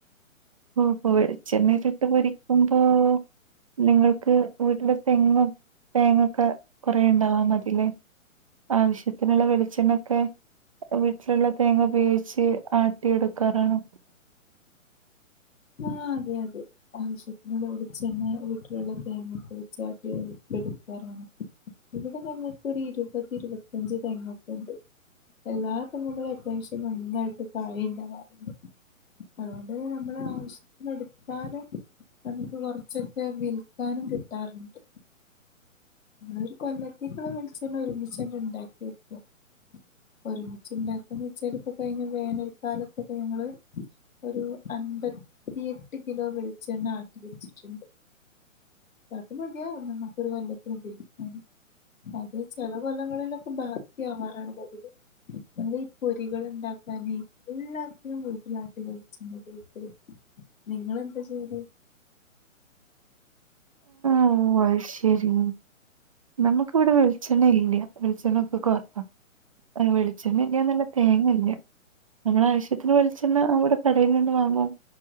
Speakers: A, on the right; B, on the left.
A: ഓ ഒ വെളിച്ചെണ്ണേലിട്ട് പൊരിക്കും പ്പോ നിങ്ങൾക്ക് വീട്ടില് തെങ്ങും തേങ്ങ ഒക്ക കൊറേ ഇണ്ടാവാ മതിലെ ആവശ്യത്തിനുള്ള വെളിച്ചെണ്ണൊക്കെ വീട്ടിലുള്ള തേങ്ങ ഉപയോഗിച്ച് ആട്ടിയെടുക്കാറാണ്
B: ആ അതെ അതെ ആവശ്യത്തിനുള്ള വെളിച്ചെണ്ണ വീട്ടിലുള്ള തേങ്ങ ഉപയോഗിച് ആട്ടി എട് എടുക്കാറാണ് ഇവിടെ ങ്ങൾക്ക് ഇരുപത് ഇരുപത്തഞ്ച് തെങ്ങൊക്കെ ഉണ്ട് എല്ലാ തെങ്ങ്കളും അത്യാവശ്യം നന്നായിട്ട് കായ ഉണ്ടാവാാറുണ്ട് അതുകൊണ്ട് തന്നെ നമ്മളാവ് എട്ത്താലും നമുക്ക് കൊർച്ചൊക്കെ വിൽക്കാനും കിട്ടാറുണ്ട് ഒരു കൊല്ലത്തേക്കുള്ള വെള്ച്ചെണ്ണ ഒരുമിച്ചങ്ങിണ്ടാക്കി വെക്കും ഒരുമിച്ച് ഇണ്ടാക്കുന്ന് വെച്ചാ ഇപ്പ കഴിഞ്ഞ വേനൽക്കാലത്തൊക്കെ ഞങ്ങള് ഒരു അൻമ്പത്തിയെട്ട് കിലോ വെളിച്ചെണ്ണ ആട്ടി വെച്ചിട്ടുണ്ട് അത് മതിയാകും നമുക്കൊരു കൊല്ലത്തിനു പയോഗിക്കാന് അത് ചെല കൊല്ലങ്ങളിലൊക്കെ ബാക്കിയാവാറാണ് പതിവ് ഞങ്ങൾ ഈ പൊരികൾ ഉണ്ടാക്കാനെ എല്ലാത്തിനും വീട്ടിലാട്ടിയവെളിച്ചെണ്ണേ ഉപയോഗിക്കല് നിങ്ങളെന്താ ചെയ്യല്
A: ഓ അയി ശെരി മ് നമുക്ക് ഇവിടെ വെളിച്ചെണ്ണ ഇല്ല്യാ വെളിച്ചെണ്ണ ഒക്കെ കൊറവാ വെളിച്ചെണ്ണ ഇല്ല്യാന്നല്ല തേങ്ങല്ല്യാ നമ്മളെ ആവശ്യത്തിന് വെളിച്ചെണ്ണ നമ്മള് കടയിൽ നിന്ന് വാങ്ങും